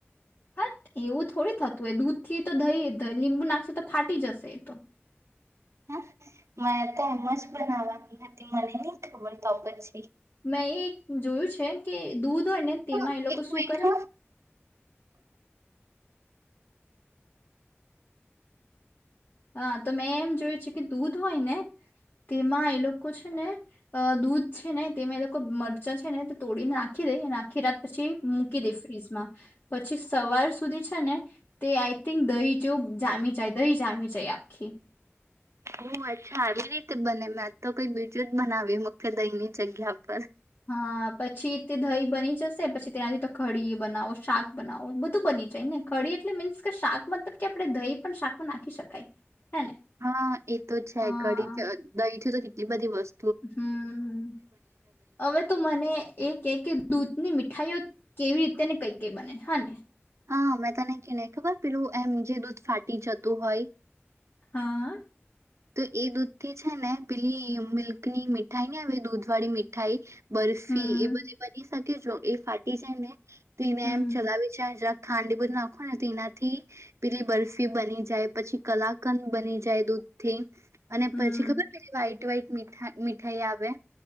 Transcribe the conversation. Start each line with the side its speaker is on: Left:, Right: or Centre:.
Left: હત એવું થોડી થતું હોય દૂધ થી તો થઈ લીંબુ નાખશે તો ફાટી જશે એ તો.
Right: હા મને તો એમ જ બનાવાની હતી મને નહ ખબર તો પછી.
Left: મેં એ જોયું છે કે દૂધ તેમાં
Right: હા,
Left: એ લોકો
Right: એક
Left: શું
Right: મિનિટ
Left: કરે. હા તો મેં એમ જોયું છે કે દૂધ હોય ને તેમાં એ લોકો છે ને દૂધ છે ને તેમાં એ લોકો મરચાં છે ને તે તોડીને નાખી દે અને આખી રાત પછી મૂકી દે ફ્રીઝમાં પછી સવાર સુધી છે ને તે આઈ થિંક દહી જેવ જામી જાય દહી જામી જાય જય આખી
Right: ઓહ અચ્છા આવી રીતે બને મેં તો કઈ બીજું જ બનાવી મખન દહીની જગ્યા પર
Left: હા પછી તે દહી બની જશે પછી તેનાથી તો ખડી બનાવો શાક બનાવો બધું બની જાય ને ખડી એટલે મીન્સ કે શાક મતલબ કે આપડે દહી પણ શાકમાં નાખી શકાય હે ને
Right: હા એ તો છે
Left: હા
Right: ઘડી જ દહીથી તો તી એટલી બધી વસ
Left: હમ અવે તો મને એ કે કે દૂધની મીઠાઈઓ કેવી રીતે ને કઈ કઈ બને હ ને
Right: હા મેં તને કયુ ને ખબર પેલું એમ જે દૂધ ફાટી જતું હોય
Left: હા
Right: તો એ દૂધ થી છે ને પેલી મિલ્કની મીઠાઈ ને આવે દૂધ વાળી મીઠાઈ બરફી
Left: હમ
Right: એ બધી બની શકે કે જો એ ફાટી જાય ને તો એને
Left: હમ
Right: એમ ચલાવે છેજ ખાંડ એ બધી નાખો ને તો ઇનાથી પેલી બરફી બની જાય પછી કલાકંદ બની જાય દૂધ થી અને
Left: હમ
Right: પછી ખબર પેલી વાઈટ વાઈટ મીઠા મીઠાઈ આવે